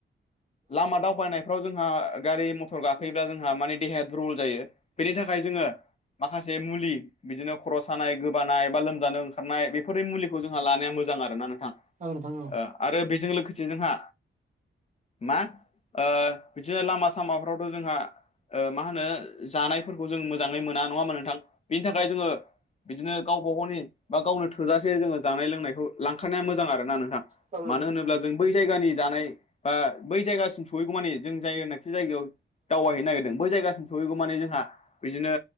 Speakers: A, on the left; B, on the right.
A: लामा दावबायनायफ्राव जोंहा गारि मथर गाखोयोब्ला जोंहा माने देहाया दुरबल जायो। बेनि थाखाय जोङो माखासे मुलि बिदिनो खर' सानाय, गोबानाय बा लोमजानो ओंखारनाय बेफोरनि मुलि जोंहा लानाया मोजां आरो ना नोंथां।
B: औ नोंथां औ।
A: आरो बेजों लोगोसे जोंहा मा ओ बिदिनो लामा सामाफ्रावथ' जोंहा ओ मा होनो जानायफोरखौ जों मोजाङै मोना नङा होनबा नोंथां बेनि थाखाय जोङो बिदिनो गावबा गावनि बा गावनो थोजासे जोङो जानाय लोंनायखौ लांखानाया मोजां आरो ना नोंथां।
B: औ
A: मानो होनोब्ला जों बै जायगानि जानाय बा बै जायगासिम सहैगौ मानि जों जायनाखि जायगायाव दावबाय हैैनो नागिरदों बै जायगासिम सहैगौ माने जोंहा बिदिनो